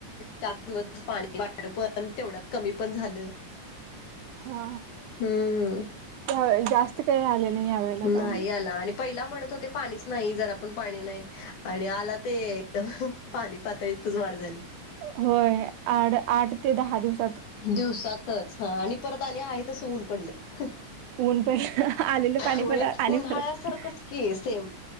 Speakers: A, on the left (about 70°); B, on the right (about 80°).
A: चार दिवस पाणी वाढ पण तेवढ्यात कमी पण झालं.
B: हा त्यावे
A: हम्म
B: जास्त काही आले नाही यावेेळेला पाणी
A: नाही आला आणि पहिला म्हणत होते पाणीच नाही जर आपण पाणी नाही आणि आला ते एकदम पाणी पातळीतच वाढ झाली.
B: होय आ आठ ते दहा दिवस
A: दिवसातच हा आणि परत आणि आहेतस ऊन पडलं.
B: ऊन पण आलेलं पाणी
A: होय
B: पण आणि
A: उन्हाळ्यासारखंच
B: परत
A: के सेम